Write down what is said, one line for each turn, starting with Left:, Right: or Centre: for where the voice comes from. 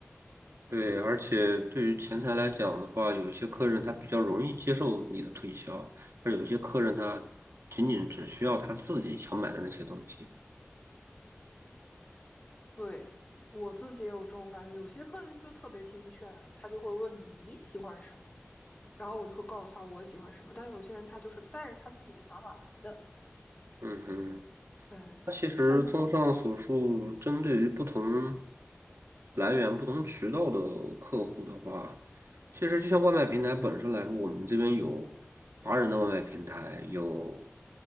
Right: 对，而且对于前台来讲的话，有一些客人他比较容易接受你的推销，而有一些客人他仅仅只需要他自己想买的那些东西。
Left: 对，我自己也有这种感觉，有些客人就特别听劝，他就会问你你喜欢什么，然后我就会告诉他我喜欢什么。但有些人他就是带着他自己的想法来的，
Right: 嗯哼。
Left: 对，
Right: 那其实综上所述，
Left: 但
Right: 针对于不同来源、不同渠道的客户的话，其实就像外卖平台本身来说，我们这边有华人的外卖平台，有